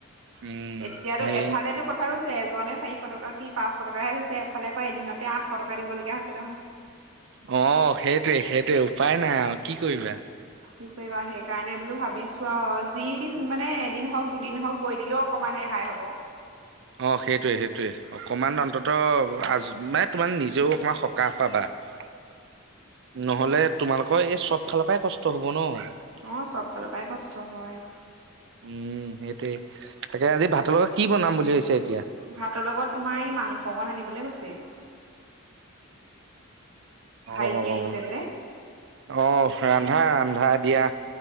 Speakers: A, on the right (about 60°); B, on the right (about 85°).
A: উম
B: এতিয়ো
A: হেৰি
B: এফালেতো কথা কৈছো। এজনে চাৰিশ এশ টকা কি পাঁচশ টকাহে হৈছে এফালে আকৌ এদিনতে আঠশ টকা দিব লগগীয়া হৈছে নহয় <unintelligible>
A: অ সেইটোৱে সেইটোৱে উপায় নাই আৰু কি কৰিবা।
B: কি কৰিবা সেইকাৰণে বোলো ভাবিছো আৰু যিদিন মানে এদিন হওঁক দুদিন হওঁক গৈ দিলেও অকদ মানে হাই হ'ব।
A: অ সেইটোৱে সেইটয়ে অকমান অন্ততঃ আ মানে তোমাৰ নিজেও অকমান সকাহ পাবা <unintelligible> <inaudible> নহলে তোমালোকৰ এই চব ফালৰ পৰাই কষ্ট হব ন <unintelligible>
B: অ চব ফালৰ পৰাই কষ্ট হয়।
A: উম সেইটোৱে। তাকে আজি ভাতৰ লগত কি বনাম বুলি ভাবিছে?
B: ভাতৰ লগত তোমাৰ এই মাংস অকণ আনিবলৈ গৈছে। ভাইটি
A: অ
B: আহিছে যে
A: আহ ৰান্ধা ৰান্ধা দিয়া।